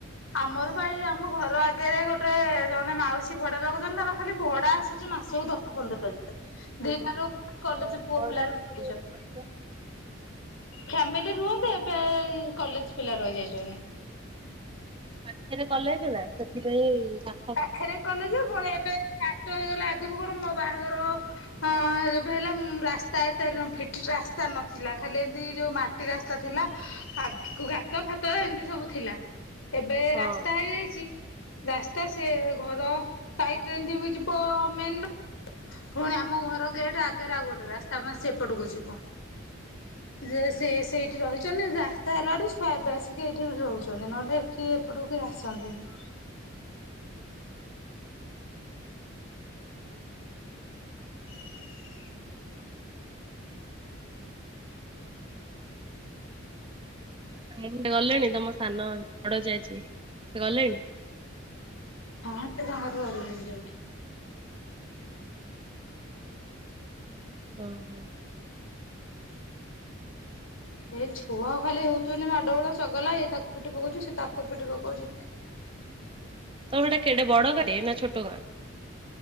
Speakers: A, on the left (about 75°); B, on the right (about 25°).
A: ଆମର ପା ଏଇ ଆମ ଘର ଆଗରେ ଗୋଟେ ଜଣେ ମାଉସୀ ଭଡ଼ା ଲଗଉଚନ୍ତି ତାର ଖାଲି ଭଡା ଆସୁଛି ମାସକୁ ଦଶ ପନ୍ଦର ହଜାର ଦିଟାରୁ କଲେଜ
B: ହଁ
A: ପୁଅ
B: ଭଡାରେ
A: ପିଲା ରହିଯାଇଛନ୍ତି।
B: ପା ବହୁତ ପଇସା।
A: ଫ୍ୟାମିଲି ରୁହନ୍ତି ଏବେ କଲେଜ ପିଲା ରହିଯାଇଚନ୍ତି।
B: ପାଖେରେ କଲେଜ ନାଁ ସେଥିପାଇଁ ଭା
A: ପାଖରେ କଲେଯେ ଫୁଣି ଏବେ ହାଟ ହେଇଗଲା ଆଗୁରୁ କଣ ମୋ ବାହାଘର ହଁ ଯେବେ ହେଲା ମ୍ ରାସ୍ତା ଏତେ ନ ଫିଟି ରାସ୍ତା ନଥିଲା ଖାଲି ଏମିତି ଯୋଉ ମା ଟି ରାସ୍ତା ଥିଲା କାଦ ଗାତ ଫାତ ଏମିତି ସବୁ ଥିଲା। ଏବେ
B: ହଁ
A: ରାସ୍ତା ହେଇଯାଇଚି ରାସ୍ ସ୍ତା ସେ ଘର ସାଇଟିରେ ଏମତି ବ ଯିବ ମେନ୍ ରୋଡ୍ ପୁଣି ଆମ ଘର ଗେଟ ଆଗରେ ଆଉ ଗୋଟେ ରାସ୍ତା ମା ସେପଟକୁ ଯିବ। ଯେ ସେ ସେଇଠି ରହିଛନ୍ତି ରାସ୍ତା ହେଲାଠୁ ଛୁଆ ଆସିକି ଏଇଠିି ରହୁଛନ୍ତି ନହେଲେ ଏଠି ଏପଟକୁ କେହି ଆସନ୍ତିନି। <inaudible>
B: ମୁଁ ସେ ଗଲେଣି ତମ ସାନ ଜା ବଡଜା ଯିଏ ସେ ଗଲେଣି?
A: ହଁ ସେ ତାଙ୍କରେ ଗଲେଣି ଯୋଉଠି
B: ଓ ହୋ।
A: ଏ ଛୁଆ ଖାଲି ହଉଛନ୍ତି ମାଡଗୋଳ ଚଗଲା ଏ ତାକୁ ପିଟି ପକଉଛି ସେ ତାକୁ ପିଟି ପକଉଛି।
B: ତମର ସେଟା କେଡେ ବଡ ଗାଁ ନା ଛୋଟ ଗାଁ?